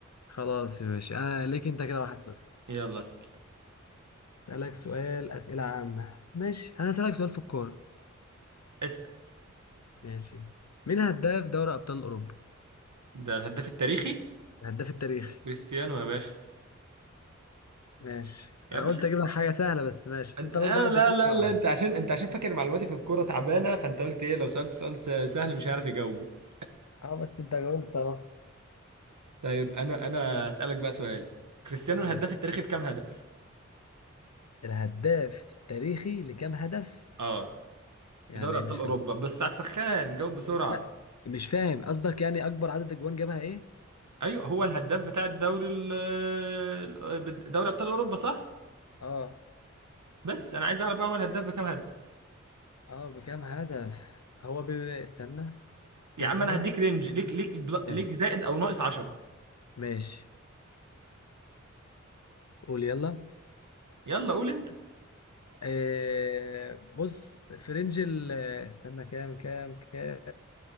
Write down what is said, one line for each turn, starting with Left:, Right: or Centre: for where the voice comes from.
Left: خلاص يا باشا أنا ليك أنت كده واحد صفر
Right: يلا اسأل
Left: أسألك سؤال أسئلة عامة ماشي أنا أسألك سؤال في الكورة
Right: اسأل
Left: ماشي مين هداف دوري ابطال اوروبا
Right: ده الهداف التاريخي
Left: الهداف التاريخي
Right: كريستيانو يا باشا
Left: ماشي
Right: يا
Left: انا
Right: باشا
Left: قلت اجيب لك حاجه سهله بس ماشي بس
Right: أنت...
Left: انت
Right: آه
Left: برضه قاعد
Right: لا
Left: بتجيب
Right: لا
Left: صعب
Right: لا انت عشان انت عشان فاكر معلوماتي في الكورة تعبانة فانت قلت ايه لو سألت سؤال س... سهل مش هيعرف يجاوبه
Left: اه بس انت جاوبت اهو
Right: طيب انا انا اسألك بقى سؤال كريستيانو الهداف
Left: يعني
Right: التاريخي بكام هدف؟
Left: الهداف التاريخي لكام هدف
Right: اه
Left: يعني
Right: في دوري
Left: إيه؟
Right: ابطال
Left: مش
Right: اوروبا
Left: فاهم
Right: بس على السخان جاوب بسرعه
Left: لا مش فاهم قصدك يعني اكبر عدد اجوان جابها ايه
Right: ايوه هو الهداف بتاع الدوري ال- ال- دوري ابطال اوروبا صح
Left: اه
Right: بس انا عايز اعرف بقى هو الهداف بكام هدف
Left: اه بكام هدف هو بي... استنى
Right: يا
Left: كام
Right: عم
Left: هدف
Right: انا هديك رينج ليك ليك بل-
Left: ماشي
Right: ليك زائد او ناقص 10
Left: ماشي قول يلا
Right: يلا قول انت
Left: آه بص في رينج ال استنى كام كام كام